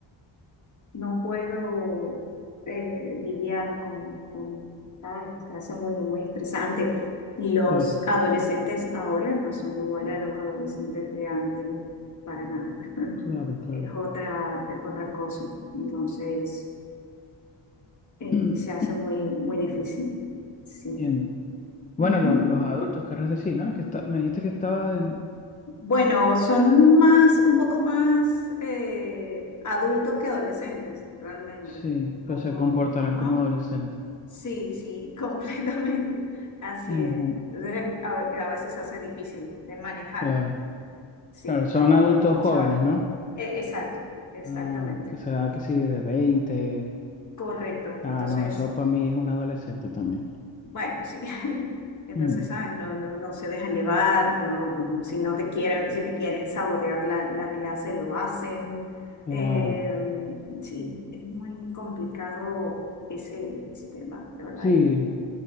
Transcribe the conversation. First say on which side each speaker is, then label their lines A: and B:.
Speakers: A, on the left (about 35°); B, on the left (about 15°).
A: no puedo eh, lidiar con, con- ay, se hace muy, muy estresante. Y Los
B: Claro,
A: adolescentes ahora no son igual a los adolescentes de antes, para nada. <laughs>
B: claro, claro.
A: Es otra, es otra cosa. Entonces, eh,
B: <clears throat>
A: se hace muy, muy difícil. Sí.
B: Entiendo. Bueno,
A: Ujú.
B: lo- los adultos, querrás decir, ¿no? Es que está- me dijiste que estaba en...
A: Bueno, son más, un poco más eh, adultos que adolescentes, realmente.
B: Sí,
A: Un
B: pero
A: poco,
B: se comportarán
A: ajá.
B: como adolescentes.
A: Sí, sí, <laughs> completamente. Así
B: Ujú,
A: es. Entonces, a, ve- a veces se hace difícil de manejar.
B: Claro,
A: Sí,
B: claro, son
A: como,
B: adultos
A: como
B: jóvenes,
A: sabes.
B: ¿no?
A: E- exacto, exactamente.
B: Ah, que será que sí, de veinte
A: Correcto.
B: Ah,
A: Entonces,
B: no, eso para mí es un adolescente también.
A: bueno, sí. <laughs> Entonces,
B: Mm,
A: ¿sabes? No, no, no se dejan llevar, no, mm, si no te quieren, si te quieren sabotear la, la clase, lo hacen.
B: claro,
A: Eh, mm, sí, es muy complicado ese, ese tema, de verdad.
B: sí,
A: y-